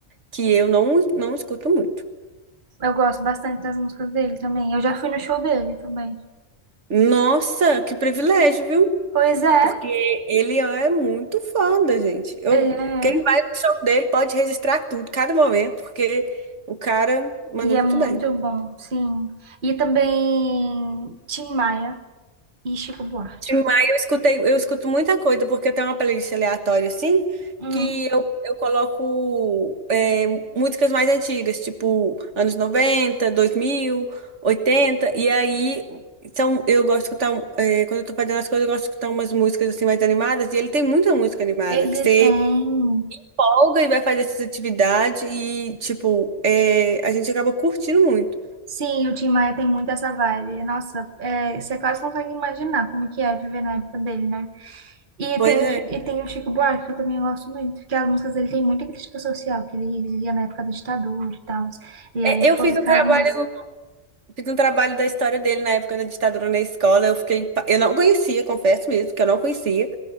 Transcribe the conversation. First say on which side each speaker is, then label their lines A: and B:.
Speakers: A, on the right; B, on the right.
A: que eu não, não escuto muito.
B: eu gosto bastante das músicas dele também. Eu já fui no show dele também.
A: Nossa, que privilégio, viu?
B: Pois é,
A: Porque ele é muito foda, gente. Eu,
B: ele é.
A: quem vai no show dele pode registrar tudo, cada momento, porque o cara manda
B: E
A: muito
B: é muito
A: bem.
B: bom, sim. E também Tim Maia e Chico Buarque.
A: Tim Maia, eu escutei, eu escuto muita coisa, porque eu tenho uma playlist aleatória, assim,
B: Uhum.
A: que eu, eu coloco é, músicas mais antigas, tipo anos noventa dois mil oitenta e aí são, eu gosto de escutar, é, quando eu tô fazendo as coisas, eu gosto de escutar umas músicas assim mais animadas, e ele tem muita música animada,
B: Ele
A: que você
B: tem.
A: folga e vai fazer essas atividades, e tipo, é, a gente acaba curtindo muito.
B: Sim, o Tim Maia tem muito essa vibe. Nossa, é, você quase consegue imaginar como que é viver na época dele, né? E
A: Pois
B: tem
A: é.
B: o, e tem o Chico Buarque, que eu também gosto muito, que as músicas dele tem muita crítica social, que ele vivia na época da ditadura e tal. E
A: É,
B: aí ele
A: Eu
B: colocava
A: fiz um trabalho.
B: umas
A: Fiz um trabalho da história dele na época da ditadura na escola. Eu fiquei, pa- eu não conhecia, confesso mesmo, que eu não conhecia.